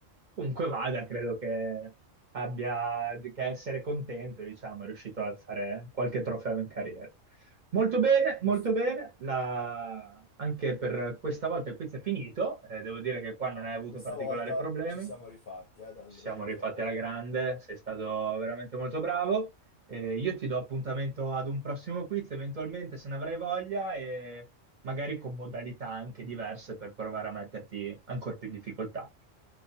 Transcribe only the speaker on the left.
Giusto.
Ah,
questa
volta
ci siamo rifatti, eh, dal-
dall'ultima
volta.